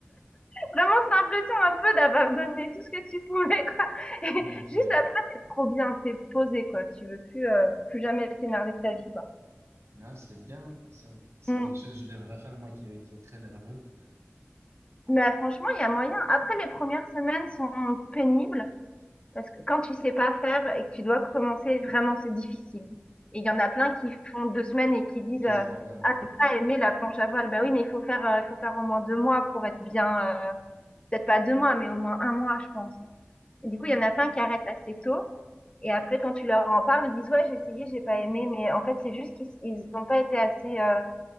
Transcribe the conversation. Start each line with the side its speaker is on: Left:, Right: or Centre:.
Left: Vraiment, cette impression un peu d'avoir donné tout ce que tu pouvais, quoi. <laughs> Et
Right: Ok.
Left: juste après, t'es trop bien, t'es posé, quoi. Tu veux plus, euh, plus jamais t'énerver de ta vie, quoi.
Right: Non, c'est bien, hein, ça. C'est
Left: Mm.
Right: quelque chose que je devrais faire, moi, qui, qui est très nerveux,
Left: Mais euh, franchement, il y a moyen. Après, les premières semaines sont pénibles. Parce que quand tu sais pas faire et que tu dois commencer, vraiment, c'est difficile. Et il y en a plein qui font deux semaines et qui disent
Right: et qu'ils
Left: euh,
Right: abandonnent.
Left: Ah, j'ai pas aimé la planche à voile. Ben oui, mais il faut faire, euh, il faut faire au moins deux mois pour être bien. euh, Peut-être pas deux mois, mais au moins un mois, je pense. Et du coup, il
Right: Mm.
Left: y en a plein qui arrêtent assez tôt. Et après, quand tu leur en parles, ils disent Ouais, j'ai essayé, j'ai pas aimé. Mais en fait, c'est juste qu'ils ils ont pas été assez. euh,